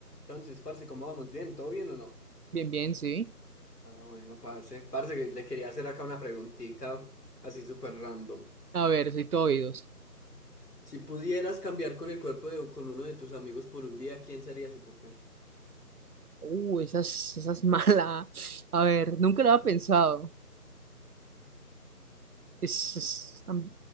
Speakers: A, on the left (about 75°); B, on the right (about 70°).
A: Entonces, parce, ¿cómo vamos? ¿Bien? ¿Todo bien o no?
B: Bien, bien, sí.
A: Ah, bueno, parce. Parce, que le quería hacer acá una preguntita así súper random.
B: A ver, soy todo oídos.
A: Si pudieras cambiar con el cuerpo de con uno de tus amigos por un día, ¿quién serías y por qué?
B: Uh, esa es, esa es <laughs> mala. A ver, nunca lo había pensado. Es, es- am-